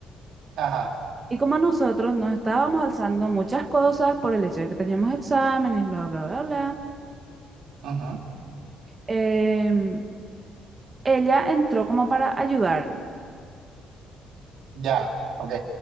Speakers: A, on the right (about 75°); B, on the right (about 30°).
A: Ajá,
B: Y como nosotros nos estábamos alzando muchas cosas por el hecho de que teníamos exámenes, bla, bla, bla, bla,
A: ajá.
B: em, ella entró como para ayudarnos.
A: Ya, ok,